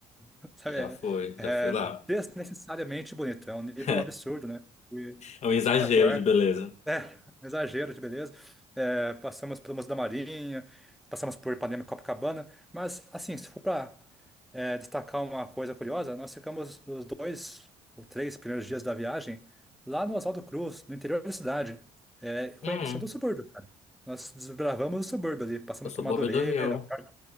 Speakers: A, in the centre; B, on the left.
A: <laughs> Sabe?
B: Já
A: É,
B: foi,
A: é
B: já fui lá.
A: desnecessariamente bonito. É um nível
B: <laughs>
A: absurdo, né? E
B: É um exagero
A: espetacular.
B: de beleza.
A: É, um exagero de beleza. É, passamos pelo Museu da Marinha, passamos por Ipanema e Copacabana. Mas, assim, se for para é, destacar uma coisa curiosa, nós ficamos os dois ou três primeiros dias da viagem lá no Oswaldo Cruz, no interior da cidade, é, conhecendo
B: Hum,
A: o subúrbio, cara. Nós desbravamos o subúrbio ali, passamos
B: eu sou
A: por Madureira,
B: bobo do Rio.
A: Par-